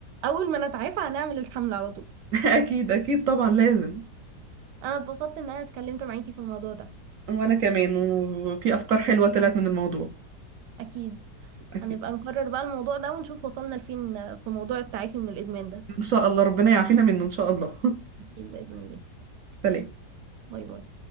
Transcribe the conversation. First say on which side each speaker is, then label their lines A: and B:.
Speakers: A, on the right; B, on the right.
A: اول ما نتعافى هنعمل الحمله على طول
B: <laughs> اكيد اكيد طبعا لازم
A: انا اتبسطت ان انا اتكلمت معاكي في الموضوع ده
B: وانا كمان وفي افكار حلوة طلعت من الموضوع
A: اكيد
B: اكيد
A: هنبقى نكرر بقى الموضوع ده ونشوف وصلنا لفين في موضوع التعافي من الادمان ده
B: ان شاء الله ربنا يعافينا منه ان شاء الله
A: اكيد باذن الله
B: <laughs> سلام
A: باي باي